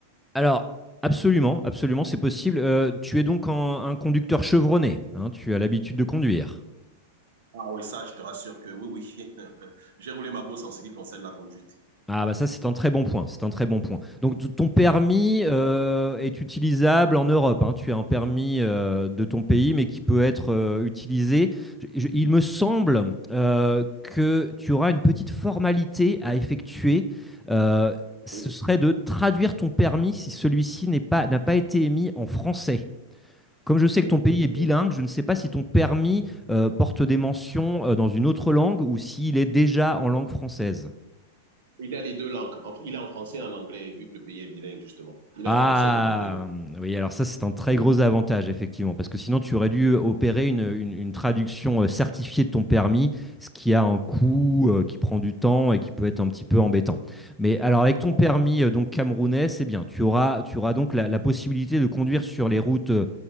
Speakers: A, in the centre; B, on the right.
A: Alors, absolument, absolument, c'est possible. Euh, tu es donc un, un conducteur chevronné, hein, tu as l'habitude de conduire.
B: Ah oui, ça, je te rassure que oui, oui. <laughs> J'ai roulé ma bosse en ce qui concerne la conduite.
A: Ah bah ça c'est un très bon point, c'est un très bon point. Donc t- ton permis euh, est utilisable en Europe, hein, tu as un permis euh, de ton pays mais qui peut être euh, utilisé. Je- je- il me semble euh, que tu auras une petite formalité à effectuer. Euh, ce
B: Oui,
A: serait de traduire ton permis si celui-ci n'est pas, n'a pas été émis en français. Comme je sais
B: oui,
A: que ton pays est bilingue,
B: oui.
A: je ne sais pas si ton permis euh, porte des mentions euh, dans une autre langue ou s'il est déjà en langue française.
B: Il a les deux langues. En- Il est en français et en anglais, vu que le pays est bilingue, justement. Il est
A: Ah,
B: en français et en anglais.
A: oui, alors ça, c'est un très gros avantage, effectivement, parce que sinon, tu aurais dû euh, opérer une, une- une traduction euh, certifiée de ton permis, ce qui a un coût, euh, qui prend du temps et qui peut être un petit peu embêtant. Mais alors, avec ton
B: Ah,
A: permis
B: bon,
A: euh, donc camerounais, c'est bien. Tu auras, tu auras donc la, la possibilité de conduire sur les routes euh,